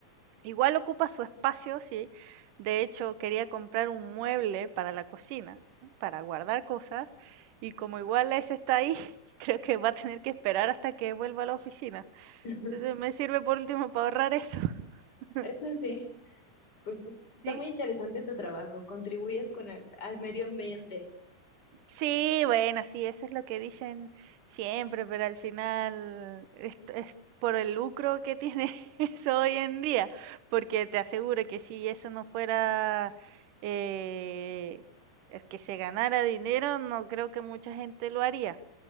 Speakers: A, on the right; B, on the left.
A: Igual ocupa su espacio, sí. De hecho, quería comprar un mueble para la cocina, ¿no? para guardar cosas, y como igual ese está ahí, <laughs> creo que va a tener que esperar hasta que vuelva a la oficina.
B: <laughs>
A: Entonces me sirve por último para ahorrar eso. <laughs>
B: Eso sí, pues está
A: Sí,
B: muy interesante tu trabajo. Contribuyes con el, al medio ambiente.
A: sí, bueno, sí, eso es lo que dicen siempre, pero al final es, es por el lucro que tiene <laughs> eso hoy en día, porque te aseguro que si eso no fuera eh, es que se ganara dinero, no creo que mucha gente lo haría.